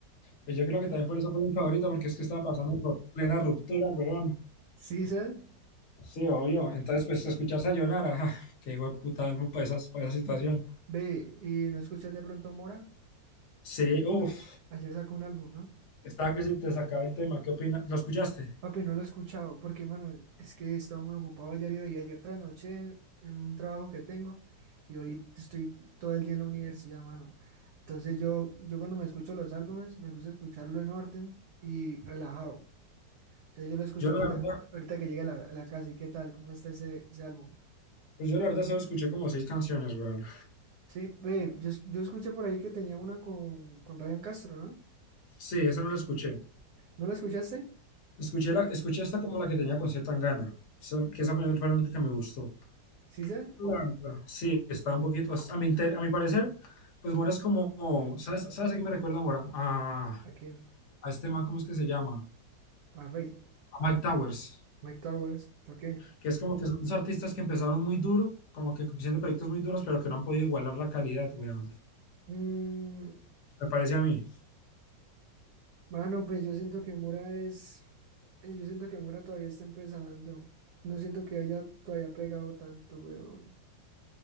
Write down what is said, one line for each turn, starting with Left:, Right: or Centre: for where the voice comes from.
Left: Pues yo creo que también por eso fue mi favorita, porque es que estaba pasando por plena ruptura, weón.
Right: ¿Sí, sabes?
Left: Sí,
Right: No,
Left: obvio. Entonces, pues escuchar Sayonara, que hijo de puta álbum para, esa para esa situación.
Right: Ve, ¿y no escuchas de pronto Mora?
Left: Sí, uff.
Right: Ayer sacó un álbum, ¿no?
Left: Estaba que se te sacaba el tema. ¿Qué opinas? ¿Lo escuchaste?
Right: Papi, no lo he escuchado, porque, mano, es es que he estado muy ocupado ayer y hoy, ayer tras noche en un trabajo que tengo, y hoy estoy todo el día en la universidad, mano. Entonces yo, yo cuando me escucho los álbumes, me gusta escucharlo en orden y relajado. Entonces yo lo escucho
Left: Yo
Right: ahorita,
Left: la verdad,
Right: ahorita que llegue a la, a la casa, ¿y qué tal? ¿Cómo está ese, ese álbum?
Left: pues yo la verdad solo escuché como seis canciones, weón.
Right: Sí, ve, yo, es- yo escuché por ahí que tenía una con, con Ryan Castro, ¿no?
Left: Sí, esa no la escuché.
Right: ¿No la escuchaste?
Left: Escuché la, escuché esta como la que tenía con C. Tangana, esa- que esa fue fue la única que me gustó.
Right: ¿Sí, sé?
Left: La verdad, sí, está un poquito, a mi, inter- a mi parecer, pues Mora es como, ¿sabes, sabes a qué me recuerda Mora? A,
Right: ¿A quién?
Left: a este man, ¿cómo es que se llama?
Right: A Faith.
Left: A Mike Towers,
Right: Mike Towers, ¿por qué?
Left: que es como que son dos artistas que empezaron muy duro, como que haciendo proyectos muy duros, pero que no han podido igualar la calidad, weón.
Right: Mm,
Left: Me parece a mí.
Right: bueno, pues yo siento que Mora es, eh, yo siento que Mora todavía está empezando. No siento que haya todavía pegado tanto, weón.